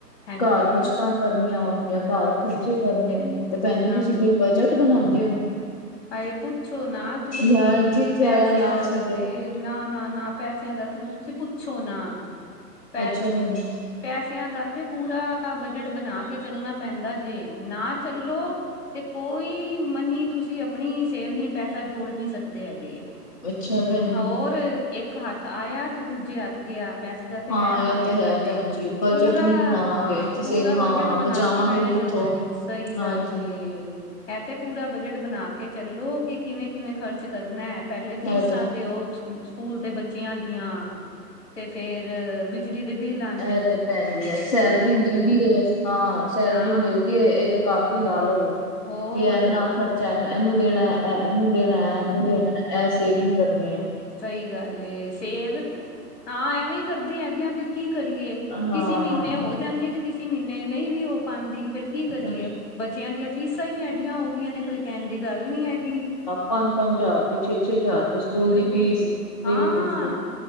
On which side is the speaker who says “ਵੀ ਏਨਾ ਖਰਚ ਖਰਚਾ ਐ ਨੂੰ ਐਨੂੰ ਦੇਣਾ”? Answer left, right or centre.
Left